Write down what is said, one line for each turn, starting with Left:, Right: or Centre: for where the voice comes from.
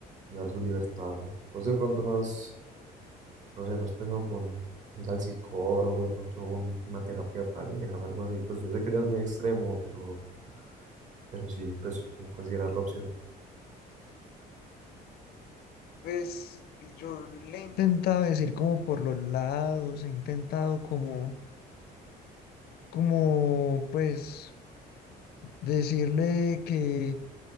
Right: y dar su libertad. Pues de pronto no has, No sé, ¿no has pensado como en ir al psicólogo, de pronto un- una terapia de parejas, algo así? Pues yo sé que ya es muy extremo, pero, pero sí, pues como considerar la opción.
Left: Pues yo le... He intentado decir como por los lados, he intentado como... como pues decirle que